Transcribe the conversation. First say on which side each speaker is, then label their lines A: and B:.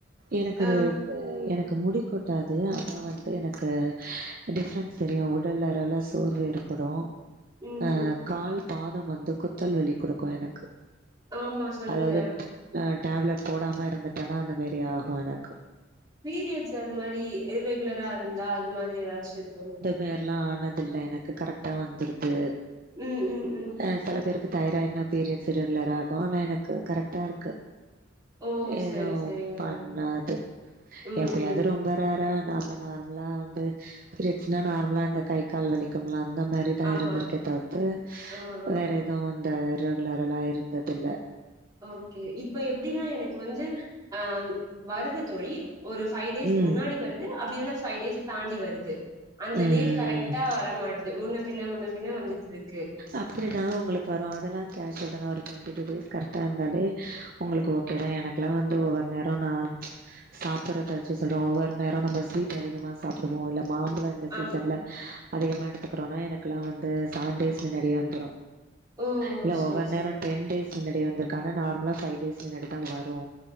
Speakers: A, on the right; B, on the right.
A: எனக்கு
B: ஆ
A: இது எனக்கு முடி கொட்டாது ஆனா வந்து எனக்கு டிஃப்ரென்ஸ் தெரியு உடல் அரவுல சோர்வு ஏற்படு
B: ம் ம்
A: அ கால் பாதம் வந்து குத்தல் வலி குடுக்கு எனக்கு
B: ஆமா சொன்னீங்க
A: அதாவது அ டேப்லெட் போடாம இருந்துட்டன்னா அந்த மேரி ஆகு எனக்கு
B: பீரியட்ஸ் அது மாரி இர்ரெகுலரா இருந்தா அது மாதிரி எதாச்சு இருக்குங்க
A: வேறலா ஆனதுல்ல எனக்கு கரக்ட்டா வந்துருது
B: ம் ம் ம்
A: அ சில பேருக்கு தைராய்டுனா பீரியட்ஸ்ஸு ரெகுலராகு அனா எனக்கு கரெக்ட்டா இருக்கு
B: ஓ
A: எதூ
B: சரி சரிங்க
A: பண்ணாது
B: ம்
A: எப்பயாவது
B: ம் ம்.
A: ரொம்ப வேற நாம நார்மலா வந்து பீரியட்ஸ்ன்னா நார்மலா இந்த கை கால் வலிக்கும்ல அந்த மாரி தா
B: ஆமா
A: இருந்திருக்கே தவுத்து
B: ஆ ஆ
A: வேற எதுவு இந்த இர்ரெகுலராலா இருந்ததுல்ல
B: ஓகே இப்ப எப்டின்னா எனக்கு வந்து அ வருதுத் தோழி ஒரு ஃபைவ் டேஸ்
A: ம்,
B: முன்னாடி வருது அப்படி இல்லனா பைவ் டேஸ் தாண்டி வருது அந்த
A: ம்.
B: டேட் கரெக் ட்டா வர மாட்டுது முன்னு பின்ன முன்னு பின்ன வந்துட்ருக்
A: அப்படிதா உங்களுக் வரு அதல்லா கேஷுவல் தான ஒரு டொண்ட்டி டூ டேஸ் கரெக்ட்டா இருந்தாலே உங்களுக்கு ஓகே தா என குலா வந்து ஒவ்வொரு நேரோ நா சாப்படுறத வச்சு சொல்றோ ஒவ்வொரு நேரோ நம்ம ஸ்வீட் அதிகமா சாப்புடுவோ இல்ல மாம்பழோ இந்த சீசன்ல
B: ஆமா
A: அதிகமா எடுத்துக்கறோன்னா எனக்குலா வந்து சவன் டேஸ் மின்னாடியே வந்துரு
B: ஓ
A: இல்ல
B: சரி
A: ஒவ்வொரு
B: சரி
A: நேரோ டென் டேஸ் முன்னாடியே வந்திருக்கு அனா நார்மலா பைவ் டேஸ் முன்னாடிதா வரு